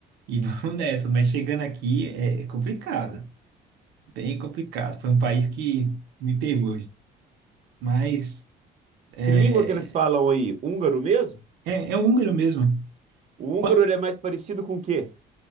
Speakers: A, on the right (about 85°); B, on the right (about 40°).
A: e <laughs> vamos nessa. Mas chegando aqui é é complicado. Bem complicado. Foi um país que me pegou. Mas
B: Que
A: é,
B: língua que eles falam aí? Húngaro mesmo?
A: é é o húngaro mesmo.
B: O húngaro
A: Qua-
B: ele é mais parecido com o quê?